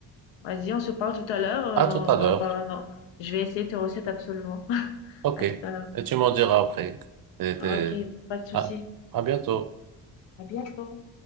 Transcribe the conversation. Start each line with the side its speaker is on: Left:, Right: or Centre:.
Left: Vas-y, on se parle tout à l'heure. euh,
Right: À tout
Left: on
Right: à
Left: va,
Right: l'heure.
Left: on va- non, je vais essayer tes recettes absolument. <laughs>
Right: Ok,
Left: À
Right: et
Left: tout à l'heure.
Right: tu m'en diras après. T'es-
Left: Ah,
Right: t'es-
Left: Ok, pas de souci.
Right: Ah, à bientôt.
Left: À bientôt.